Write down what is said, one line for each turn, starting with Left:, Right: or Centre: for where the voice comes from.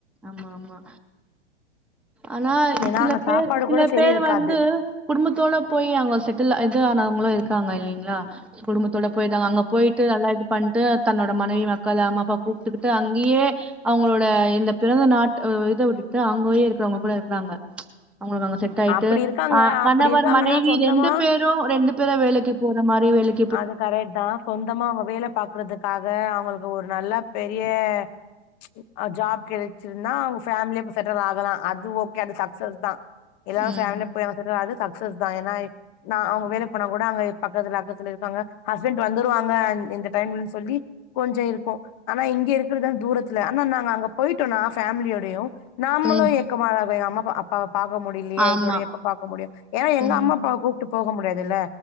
Centre: ஆமா ஆமா ஆனா ஆ
Left: ஏன்னா
Centre: சில
Left: அங்க
Centre: பேர்
Left: சாப்பாடு
Centre: சில
Left: கூட சரி
Centre: பேரு
Left: இருக்காது
Centre: வந்து குடும்பத்தோட போய் அங்க செட்டில் ஆய்ந் டு ஆனவ்ங்களு இருக்காங்க இல்லைங்ளா குடும்பத்தோட போய்டாங்க அங்க போயிட்டு அல்லா இது பண்ட்டு தன்னோட மனைவி மக்கள் அம்மாப்பா கூப்டுக்கிட்டு அங்யே அவ்ங்களோட இந்த பிறந்த நாட் அ இத விட்டுட்டு அங்கோயே இருக்றவ்ங்க கூட இருக்றாங்க ப்ச் அவ்ங்களுக்கு அங்க செட் ஆயிட்டு
Left: அப்படி இருக்காங்க.
Centre: ஆஹ் கணவர்
Left: அப்படி இருக்காங்கன்னா,
Centre: மனைவி
Left: சொந்தமா
Centre: ரெண்டு பேரு ரெண்டு பேரு வேலக்கி போற மாரி வேலக்
Left: அது கரெட்தா சொந்தமா அவ வேல பாக்குறதுக்காக அவ்ங்களுக்கு ஒரு நல்லா பெரிய ப்ச் ஜாப் கெடச்சிருனா அவ்ங்க ஃபேம்லியா இப்ப செட்டில் ஆகலா அது ஓகே அந்த சக்சஸ் தா எல்லாரு
Centre: ம்.
Left: ஃபேம்லியா போய் அங்க செட்டில் ஆது சக்சஸ் தா ஏனா நா அவ்ங்க வேல போனா கூட அங்க இப் பக்கத்துல அக்கத்துல இரு க்காங்க ஹஸ்பண்ட் வந்துருவாங்க அந் இந்த டைம்லன்னு சொல்லி கொஞ்சோ இருக்கு நா இங்கே இருக்கிறதுதா தூரத்துல இன்னு நாங்க அங்கப் போயிட்டோ நா ஃபேமிலியோடையு நாமளு
Centre: ம்.
Left: ஏக்கமா அது அம்மப்பா பாவ பாக்க முடியலயே
Centre: ஆமா.
Left: இதோட எப்ப பாக்க முடியு ஏனா எங்க
Centre: ம்.
Left: அம்மாப்பாவ கூப்ட்டு போக முடியாது துல்ல